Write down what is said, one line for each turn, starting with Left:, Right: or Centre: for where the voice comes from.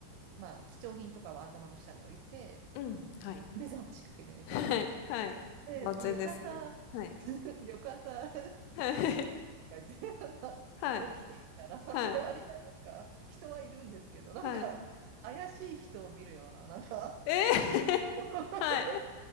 Right: まあ、貴重品とかは頭の下に置いて、
Left: うん、
Right: あの目覚ましかけて寝たんですね。
Left: はい。はい、はい。
Right: で、
Left: 万全ですね。
Right: で翌朝、
Left: はい。
Right: <laughs> 翌朝
Left: はい。
Right: チリがいて、なんか
Left: はい。
Right: 起きてみたら、<laughs>
Left: はい。
Right: 周りがなんか人はいるんですけど、なんか怪しい人を見るような、
Left: はい。
Right: なんか感じで
Left: ええ
Right: <laughs>
Left: <laughs> はい。